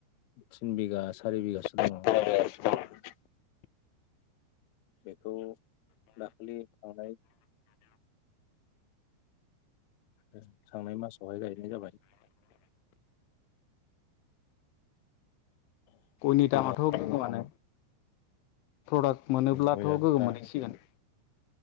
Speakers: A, on the left; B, on the left.
A: थिन बिघा सारि बिघासो दं।
B: <unintelligible>
A: बेखौ दाखलि थांनाय थांनाय मासावहाय गायनाय जाबाय।
B: गयनि
A: फुलिया
B: दामाथ <unintelligible>
A: बायनोखामोन
B: प्रडाक्ट मोनोब्लाथ
A: गया
B: गोगगोम
A: दा
B: मोनहैसिगोन।